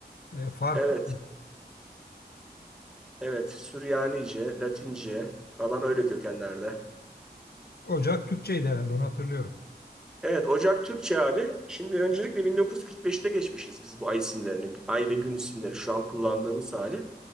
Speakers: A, on the left (about 65°); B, in the centre.
A: e, farklı.
B: Evet, evet. Süryanice, Latince falan öyle kökenlerde.
A: Ocak Türkçeydi herhalde onu hatırlıyorum.
B: Evet, Ocak Türkçe abi. Şimdi öncelikle 1945'te geçmişiz biz bu ay isimlerini. Ay ve gün isimleri şu an kullandığımız hali.